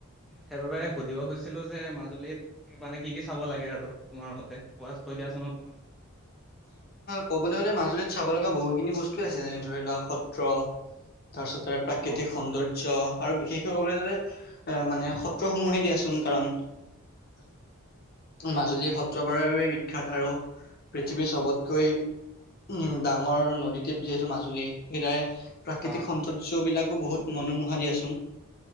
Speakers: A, in the centre; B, on the left (about 45°).
A: সেইবাবে সুধিব খুজিছ <unintelligible> যে মাজুলীত মানে কি কি চাব লাগে আৰু তোমাৰ মতে কোৱা কৈ দিয়াচোন অকমান।
B: ক'বলৈ গ'লে মাজুলীত চাব লগা বহুত খিনি বস্তুৱে আছে যে ধৰি লোৱা সত্ৰ তাৰপিছতে প্ৰাকৃতিক
A: অ
B: সৌন্দৰ্য আৰু বিশেষ <unintelligible> গ'লে এ মানে সত্ৰসমূহে দিয়াচোন কাৰণ। মাজুলী সত্ৰবাৰৰ বাবে বিখ্যাত আৰু পৃথিৱীৰ চবতকৈ উম, ডাঙৰ নদীদ্বীপ যিহেতু মাজুলী সেইদৰে প্ৰাকৃতিক
A: অ
B: সৌন্দৰ্যবিলাকো বহুত মনোমোহা দিয়াচোন।